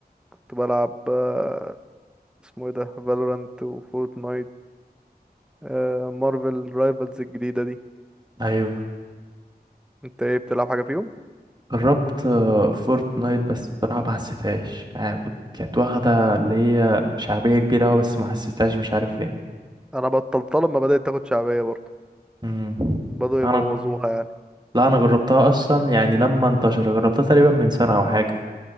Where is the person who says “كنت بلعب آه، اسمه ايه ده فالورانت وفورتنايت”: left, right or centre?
Centre